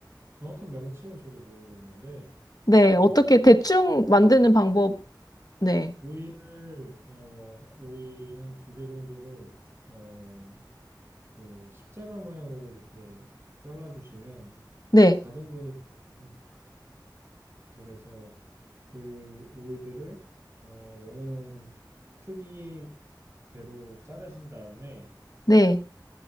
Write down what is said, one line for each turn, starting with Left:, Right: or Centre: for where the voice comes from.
Right: 정확한 명칭은 저도 모르겠는데,
Left: 네,
Right: 그
Left: 어떻게 대충 만드는 방법 네,
Right: 오이를 어 오이 한 두 개 정도를 어 그 십자가 모양으로 이렇게 잘라 주시면
Left: 네,
Right: 4등분이 돼요. 그래서 그 오이들을 어 원하는 크기대로 자르신 다음에
Left: 네,